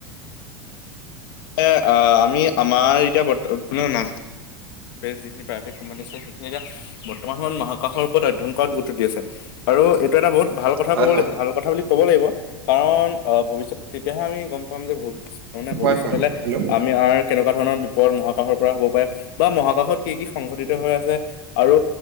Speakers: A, on the left; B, on the right.
A: এ আমি আমাৰ এতিয়া বৰ্ত শুনা না। যিখিন প্ৰাইভেট কোম্পানী আছে সখিনি এতি বৰ্তমান সমৰত মহাকশৰ ওপৰত অধ্যয়ন কৰাত গুৰুত্ব দি আছে। আৰু এইটো এটা বহুত ভাল কথা
B: হয়
A: কব
B: হয়
A: ল ভাল কথা বুলি ক'ব লাগিব কাৰণ। অ ভৱিষ্যত তেতিয়াহে আমি গম পাম যে ভ মানে ভৱিষ্যতলে
B: হয় হয় হেল্ল'
A: আমি কেনেকুৱা ধৰণৰ। পৰ মহাকশৰ পৰা হ'ব পাৰে। বা মহাকাশত কি কি সংঘটিত হৈ আছে আৰু